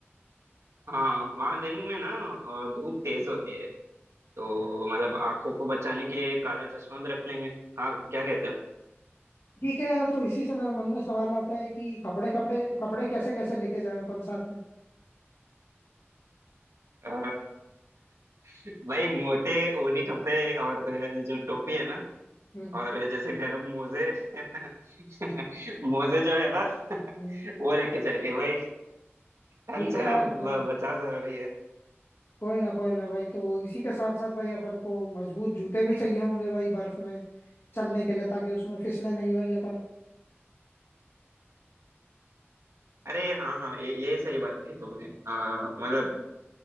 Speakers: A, on the right; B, on the left.
A: हाँ वहाँ दिन में ना अ, धूप तेज होती है तो मतलब आंखों को बचाने के लिए काला चश्मा भी रख लेंगे हाँ क्या कहते हो
B: ठीक है यार तो इसी से मेरे मन में सवाल आता है कि कपड़े कपड़े कपड़े कैसे कैसे लेके जाएं अपन साथ में
A: अ, <laughs> भाई मोटे ऊनी कपड़े और जो टोपी है ना
B: हम्म हम्म।
A: और जैसे गरम मोजे <laughs> मोजे जो है ना <laughs>
B: हम्म,
A: वो लेके जाएंगे भाई
B: ठीक
A: ठंड से
B: है यार
A: ना ब-
B: तो
A: बचाव जरूरी है
B: कोई ना कोई ना भाई तो इसी के साथ साथ भाई अपन को मजबूत जूते भी चाहिए होंगे भाई बर्फ में चलने के लिए ताकि उसमें फिसले नहीं भाई अपन
A: अरे हाँ हाँ ये ये सही बात कही तुमने अ, मतलब